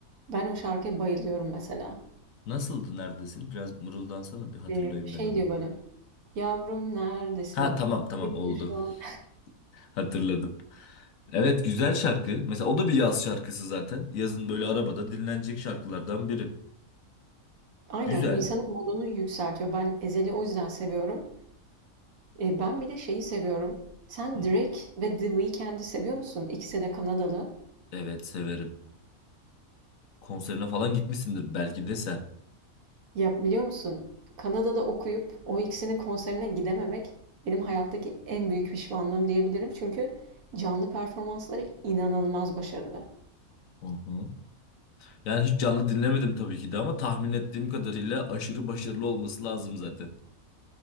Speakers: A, on the right (about 75°); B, on the left (about 70°).
A: Ben o şarkıya bayılıyorum mesela.
B: Nasıldı neredesin? Biraz mırıldansana bir hatırlayayım
A: E, şey
B: ben onu.
A: diyor böyle. Yavrum neredesin?
B: Ha tamam tamam
A: Kim
B: oldu.
A: bilir şu an.
B: <laughs> Hatırladım. Evet güzel şarkı. Mesela o da bir yaz şarkısı zaten. Yazın böyle arabada dinlenecek şarkılardan biri.
A: <laughs> Aynen
B: Güzel.
A: insanın modunu yükseltiyor. Ben Ezel'i o yüzden seviyorum. E, ben bir de şeyi seviyorum. Sen
B: Hı.
A: Drake ve The Weeknd'i seviyor musun? İkisi de Kanadalı.
B: Evet severim. Konserine falan gitmişsindir belki de sen.
A: Ya biliyor musun? Kanada'da okuyup o ikisinin konserine gidememek benim hayattaki en büyük pişmanlığım diyebilirim. Çünkü canlı performansları inanılmaz başarılı.
B: Hı hı. Yani hiç canlı dinlemedim tabii ki de ama tahmin ettiğim kadarıyla aşırı başarılı olması lazım zaten.